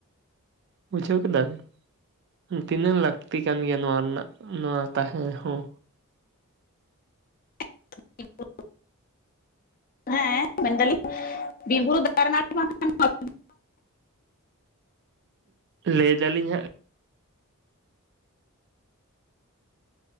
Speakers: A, on the right; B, on the left.
A: ᱵᱩᱡᱷᱟᱹᱣ ᱠᱮᱫᱟ ᱵᱮᱱ ᱛᱤᱱᱟᱹᱜ ᱞᱟᱹᱠᱛᱤ ᱠᱟᱱ ᱜᱮᱭᱟ ᱱᱚᱣᱟ ᱨᱮᱱᱟᱜ ᱱᱚᱣᱟ ᱛᱟᱦᱮᱸ ᱦᱚᱸ᱾
B: <unintelligible> ᱦᱮᱸ ᱢᱮᱱᱫᱟᱞᱤᱧ ᱵᱤᱨ ᱵᱩᱨᱩ ᱫᱟᱨᱮ ᱱᱟᱹᱲᱤ ᱵᱟᱝ- <unintelligible>
A: ᱞᱟᱹᱭ ᱫᱟᱞᱤᱧ ᱦᱟᱸᱜ᱾